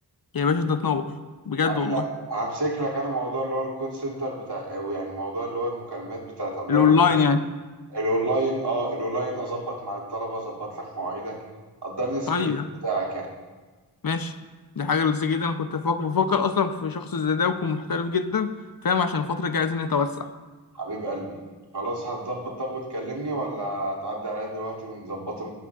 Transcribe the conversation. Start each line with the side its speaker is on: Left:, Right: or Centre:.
Left: يا باشا انت تنور بجد
Right: حبيبي
Left: والله
Right: همسك لك انا موضوع اللي هو الكول سنتر بتاع او يعني موضوع اللي هو المكالمات بتاعت اولياء
Left: الاونلاين
Right: الامور
Left: يعني
Right: الاونلاين اه الاونلاين اظبط مع الطلبه اظبط لك مواعيدك قدرني السكرتير
Left: طيب
Right: بتاعك يعني
Left: ماشي دي حاجه لذيذه جدا انا كنت بفكر بفكر اصلا في شخص زي ده ويكون محترف جدا فاهم عشان الفتره الجايه عايزين نتوسع
Right: حبيب قلبي خلاص هتظبط طب وتكلمني ولا تعدي عليا دلوقتي ونظبطه